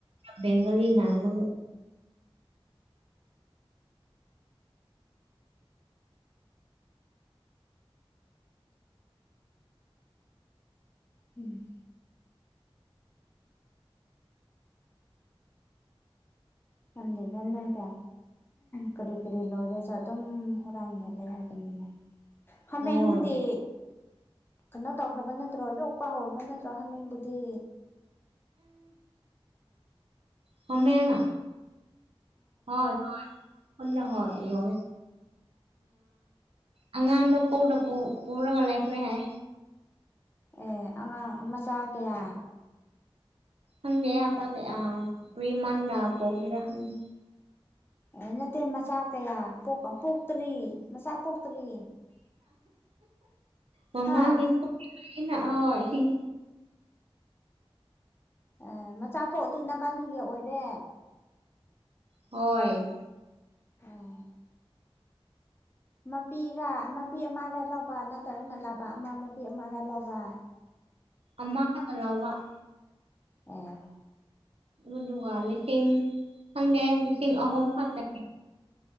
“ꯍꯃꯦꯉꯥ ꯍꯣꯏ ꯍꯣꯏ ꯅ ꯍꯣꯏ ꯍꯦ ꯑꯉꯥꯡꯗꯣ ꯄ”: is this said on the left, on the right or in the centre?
Right